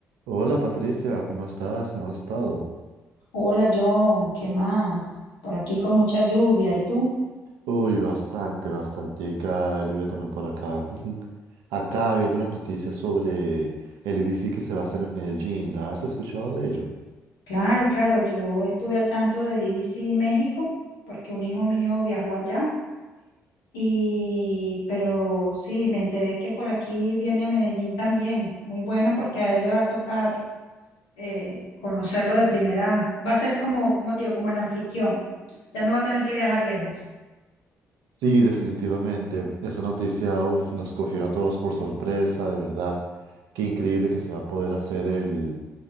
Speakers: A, on the right (about 65°); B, on the left (about 75°).
A: Hola Patricia, ¿cómo estás? ¿Cómo has estado?
B: Hola John, ¿qué más? Por aquí con mucha lluvia, ¿y tú?
A: Uy, bastante, bastantica lluvia también por acá. <laughs> Acá viendo las noticias sobre el I D C que se va a hacer en Medellín, ¿has escuchado de ello?
B: Claro, claro, yo estuve al tanto del IDC México porque un hijo mío viajó allá y pero sí, me enteré que por aquí viene a Medellín también. Muy bueno porque a él le va a tocar eh, conocerlo de primera. Va a ser como, como te digo, como el anfitrión. Ya no va a tener que viajar lejos.
A: Sí, definitivamente. Esa noticia, uf, nos cogió a todos por sorpresa, de verdad. Qué increíble que se va a poder hacer el,